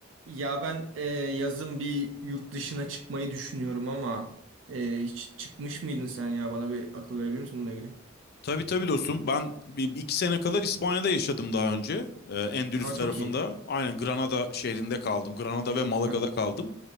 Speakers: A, on the right; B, on the left.
A: Ya ben e, yazın bir yurt dışına çıkmayı düşünüyorum ama e, hiç çıkmış mıydın sen ya? Bana bir akıl verebilir misin bununla ilgili?
B: Tabii tabii dostum. Ben bir- iki sene kadar İspanya'da yaşadım daha önce. Ee, Endülüs
A: Ama
B: tarafında.
A: çok iyi.
B: Aynen Granada şehrinde kaldım. Granada ve Malaga'da
A: Hem
B: kaldım.